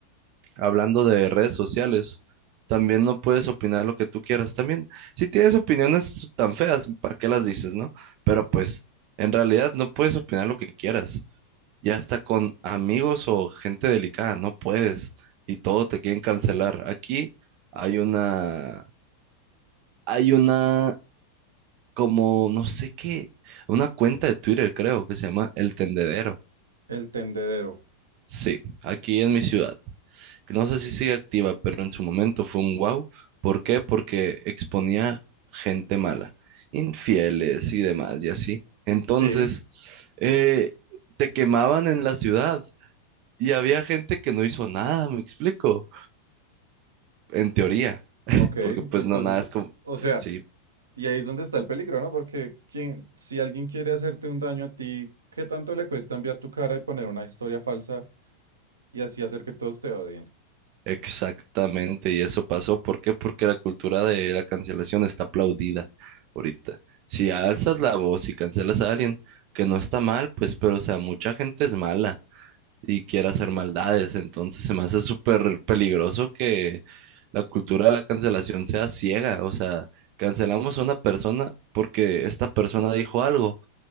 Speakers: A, on the right; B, on the right.
A: Hablando de redes sociales, también no puedes opinar lo que tú quieras también. Si tienes opiniones tan feas, ¿para qué las dices, no? Pero pues, en realidad no puedes opinar lo que quieras. Ya hasta con amigos o gente delicada, no puedes. Y todo te quieren cancelar. Aquí hay una, hay una, como, no sé qué, una cuenta de Twitter, creo, que se llama El Tendedero
B: El tendedero.
A: Sí, aquí en mi ciudad. No sé si sigue activa, pero en su momento fue un wow. ¿Por qué? Porque exponía gente mala, infieles y demás, y así. Entonces,
B: Sí.
A: eh, te quemaban en la ciudad y había gente que no hizo nada, me explico, en teoría,
B: Ok,
A: porque pues
B: entonces,
A: no, nada es como...
B: o sea.
A: Sí,
B: Y ahí es donde está el peligro, ¿no? Porque quien, si alguien quiere hacerte un daño a ti, ¿qué tanto le cuesta enviar tu cara y poner una historia falsa y así hacer que todos te odien?
A: Exactamente, y eso pasó. ¿Por qué? Porque la cultura de la cancelación está aplaudida ahorita. Si alzas la voz y cancelas a alguien, que no está mal, pues, pero o sea, mucha gente es mala y quiere hacer maldades, entonces se me hace súper peligroso que la cultura de la cancelación sea ciega. O sea, cancelamos a una persona porque esta persona dijo algo,